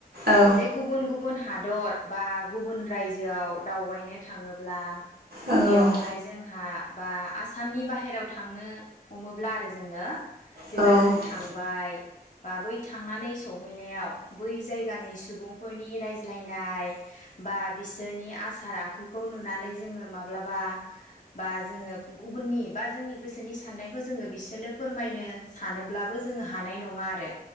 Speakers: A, on the right; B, on the left.
A: औ
B: जे गुबुन गुबुन हादर बा गुबुन रायजोआव दावबायनो थाङोब्ला
A: औ
B: बेयावहाय जोंहा बा आसामनि बाहेरायाव थांनो हमोब्ला आरो जोङो जेब्ला
A: औ
B: जों थांबाय बा बै थांनानै सहैनायाव बै जायगानि सुबुंफोरनि रायज्लायनाय बा बिसोरनि आसार आखुखौ नुनानै जोङो माब्लाबा बा जोङो गुबुननि बा जोंनि गोसोनि साननायखौ जोङो बिसोरनो फोरमायनो सानोब्लाबो जोङो हानाय नङा आरो